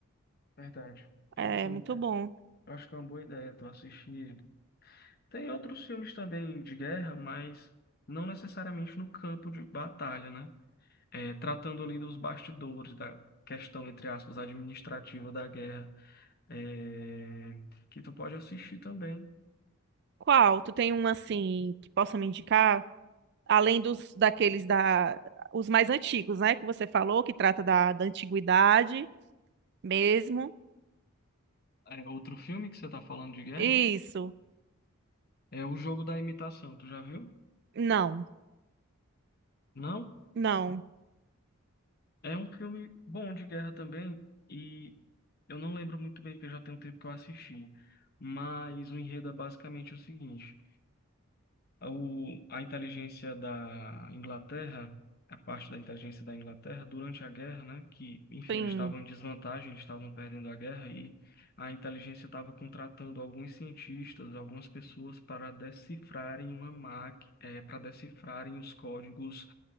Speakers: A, on the left (about 45°); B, on the right (about 50°).
A: verdade. É
B: É
A: um filme.
B: muito
A: é,
B: bom.
A: eu acho que é uma boa ideia tu assistir ele. Tem outros filmes também de guerra, mas não necessariamente no campo de batalha, né? É, tratando ali dos bastidores da questão, entre aspas, administrativa da guerra, é, que tu pode assistir também.
B: Qual? Tu tem um assim que possa me indicar? Além dos daqueles da os mais antigos, né, que você falou, que trata da, da antiguidade mesmo.
A: É, outro filme que você tá falando de guerra
B: Isso.
A: é O Jogo da Imitação, tu já viu?
B: Não,
A: Não?
B: não.
A: É um filme bom de guerra também, e eu não lembro muito bem, porque já tem um tempo que eu assisti. Mas o enredo é basicamente o seguinte: o, a inteligência da Inglaterra, a parte da inteligência da Inglaterra, durante a guerra, né? Que, enfim,
B: Sim.
A: eles estavam em desvantagem, eles estavam perdendo a guerra, e a inteligência estava contratando alguns cientistas, algumas pessoas para decifrarem uma máquina, para decifrarem os códigos